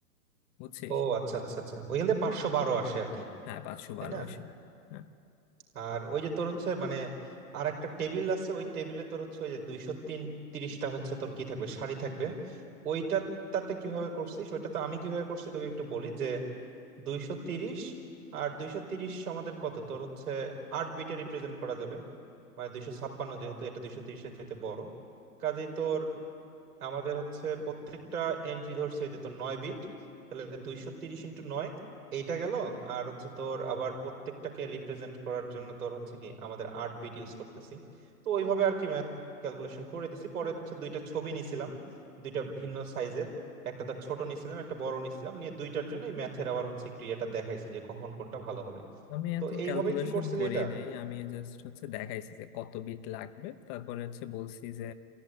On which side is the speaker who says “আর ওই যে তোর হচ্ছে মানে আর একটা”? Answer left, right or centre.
Right